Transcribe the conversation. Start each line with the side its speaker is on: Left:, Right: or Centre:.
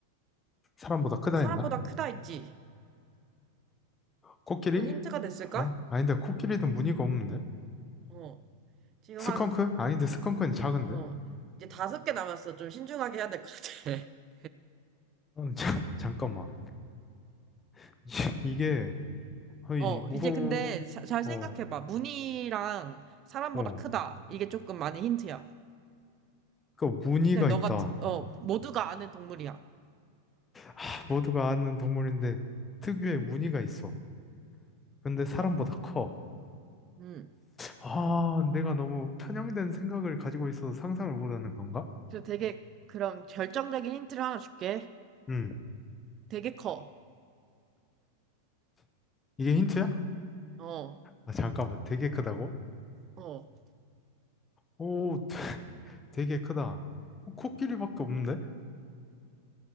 Left: 사람보다 크다
Right: 사람보다
Left: 했나?
Right: 크다 했지?
Left: 코끼리?
Right: 조금 힌트가 됐을까?
Left: 아니, 아닌데, 코끼리는 무늬가 없는데?
Right: 어. 지금
Left: 스컹크?
Right: 한
Left: 아닌데, 스컹크는 작은데?
Right: 어, 이제 다섯 개 남았어. 좀 신중하게 해야 될 것 같아. <laughs>
Left: 음, 자, <laughs> 잠깐만. <laughs> 이게, 어이,
Right: 어,
Left: 무,
Right: 이제 근데 자- 잘 생각해봐.
Left: 어,
Right: 무늬랑 사람보다
Left: 어.
Right: 크다. 이게 조금 많은 힌트야.
Left: 그 무늬가
Right: 그냥 너가,
Left: 있다.
Right: 드- 어, 모두가 아는 동물이야.
Left: 아, 모두가 아는 동물인데, 특유의 무늬가 있어. 근데 사람보다 커.
Right: 음.
Left: 아, 내가 너무 편향된 생각을 가지고 있어서 상상을 못하는 건가?
Right: 그래서 되게, 그럼 결정적인 힌트를 하나 줄게.
Left: 음,
Right: 되게 커.
Left: 이게 힌트야?
Right: 어,
Left: 아, 잠깐만, 되게 크다고?
Right: 어.
Left: 오, <laughs> 되게 크다. 어, 코끼리밖에 없는데?